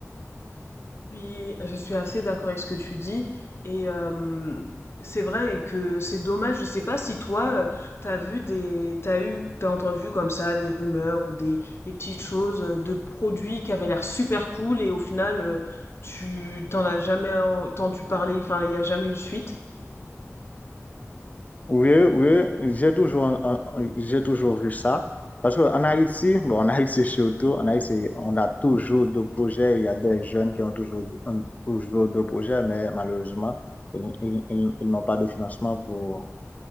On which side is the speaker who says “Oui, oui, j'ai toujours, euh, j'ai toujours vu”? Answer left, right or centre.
Left